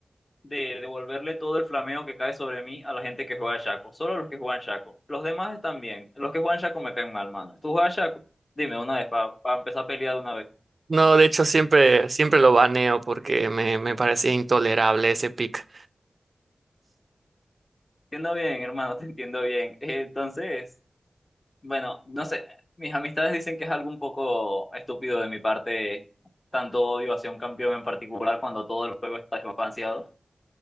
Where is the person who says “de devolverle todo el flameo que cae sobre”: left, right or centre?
Left